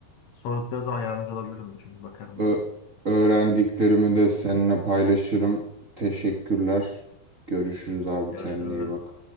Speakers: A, on the left; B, on the right.
A: sordukları zaman yardımcı olabilirim. Çünkü bakarım
B: Ö-
A: ben.
B: öğrendiklerimi de seninle paylaşırım. Teşekkürler. Görüşürüz abi
A: Görüşürüz.
B: kendine iyi bak.